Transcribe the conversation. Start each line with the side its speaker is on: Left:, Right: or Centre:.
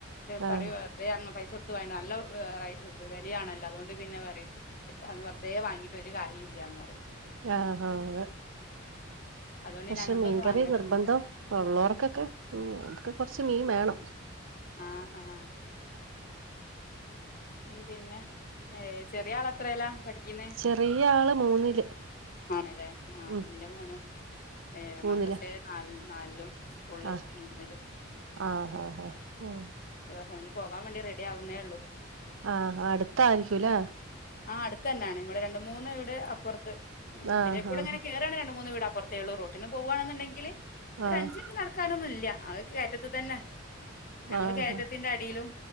Left: പറയൂ
Right: ആഹ്
Left: വെറത അങ്ങ് പൈസ നല്ല വലിയാണല്ലോ അതുകൊണ്ട് പിന്നെ പറയും അന്ന് വെറുതെ വാങ്ങിയിട്ട് ഒരു കാര്യം ഇല്ലയന്ന് പറയാ
Right: ആഹ ആഹ
Left: അതുകൊണ്ട്
Right: പക്ഷെ
Left: പിന്നെ അങ്ങനത്തെ
Right: മീൻകറി
Left: ഒന്നും വാങ്ങലൊന്നുല്ല
Right: നിർബന്ധം ഉള്ളവർക്കൊക്കെ അവർക്കൊക്കെ കൊറച്ച് മീൻ വേണം
Left: ആഹ ആഹ ഉ പിന്നെ ഏ ചെറിയ ആൾ അത്രല്ലാ പഠിക്കുന്നേ
Right: ചെറിയ ആള് മൂന്നില്
Left: ആണല്ലേ ആ
Right: ഉം
Left: എന്റെ മോനും ഏ
Right: മൂന്നില്
Left: മദ്രസേല് നാ നാലിലും സ്കൂൾല്
Right: ആഹ്
Left: മൂന്നിലും
Right: ആഹ് ആഹ് ആഹ്
Left: ഉംഓന് പോവാൻ വേണ്ടി റെഡി ആവുന്നേ ഒള്ളു
Right: ആഹ് അടുത്തായിരിക്കൂല്ലേ
Left: ആ അടുത്തന്നാണ് ഇവിടെ രണ്ട് മൂന്ന് വീട് അപ്പുറത്ത് ഉം
Right: ആഹ്
Left: ഇതിലേക്കൂടെ
Right: ആഹ്
Left: ഇങ്ങനെ കേറ്കാണെ രണ്ട് മൂന്ന് വീട് അപ്പുറത്തേ ഉള്ള റോട്ടിന് പോകവാണെന്നുണ്ടെങ്കില് ഒരു
Right: ആഹ്
Left: അഞ്ച് മിനിറ്റ് നടക്കാനൊന്നും ഇല്ല. അത് കയറ്റത്ത് തന്നെ ഞങ്ങള്
Right: ആഹ് ആഹ്
Left: കയറ്റത്തിന്റെ അടിയിലും.